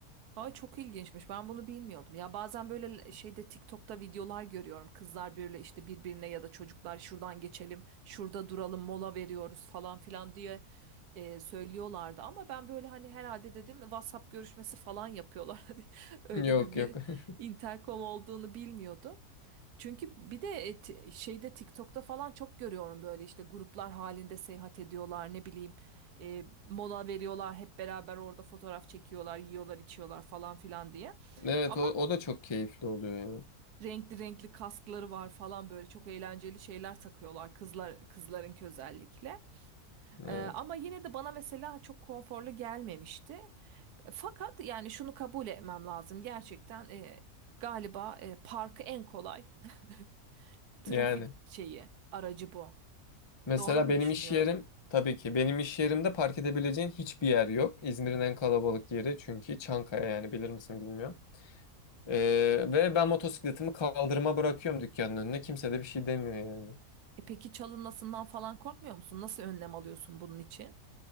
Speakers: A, on the right; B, on the left.
A: Ay çok ilginçmiş. Ben bunu bilmiyordum. Ya bazen böyle şeyde TikTok'ta videolar görüyorum. Kızlar böyle işte birbirine ya da çocuklar şuradan geçelim, şurada duralım, mola veriyoruz falan filan diye e, söylüyorlardı. Ama ben böyle hani herhalde dedim WhatsApp görüşmesi falan yapıyorlar. <laughs> Hani öyle
B: Yok
A: bir, bir
B: yok. <laughs>
A: intercom olduğunu bilmiyordum. Çünkü bir de e, t- şeyde TikTok'ta falan çok görüyorum böyle işte gruplar halinde seyahat ediyorlar ne bileyim e, mola veriyorlar hep beraber orada fotoğraf çekiyorlar yiyorlar içiyorlar falan filan diye.
B: Evet
A: Ama
B: o, o da çok keyifli oluyor yani.
A: renkli renkli kaskları var falan böyle çok eğlenceli şeyler takıyorlar kızlar kızların özellikle.
B: Evet.
A: E, ama yine de bana mesela çok konforlu gelmemişti. Fakat yani şunu kabul etmem lazım gerçekten e, galiba e, parkı en kolay. <laughs> trafik
B: Yani
A: şeyi, aracı bu.
B: mesela
A: Doğru mu
B: benim
A: düşünüyorum?
B: iş yerim tabii ki benim iş yerimde park edebileceğin hiçbir yer yok. İzmir'in en kalabalık yeri çünkü Çankaya yani bilir misin bilmiyorum. Ee, ve ben motosikletimi kaldırıma bırakıyorum dükkanın önüne. Kimse de bir şey demiyor yani.
A: E peki çalınmasından falan korkmuyor musun? Nasıl önlem alıyorsun bunun için?